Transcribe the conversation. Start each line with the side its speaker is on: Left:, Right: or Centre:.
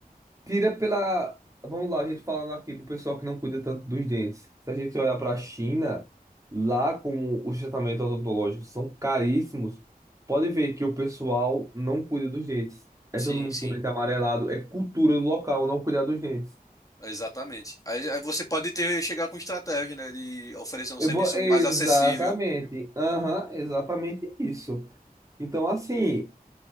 Right: tira pela, vamos lá, a gente falando aqui do pessoal que não cuida tanto dos dentes. Se a gente olhar para a China, lá como os tratamentos odontológicos são caríssimos, pode ver que o pessoal não cuida dos dentes. É
Left: Sim,
Right: todo mundo
Left: sim.
Right: com dente amarelado, é cultura do local não cuidar dos dentes.
Left: Exatamente. Aí, aí você pode ter chegar com estratégia, né, de oferecer um
Right: Eu
Left: serviço
Right: vou- Exatamente.
Left: mais acessível.
Right: Aham, exatamente isso. Então, assim,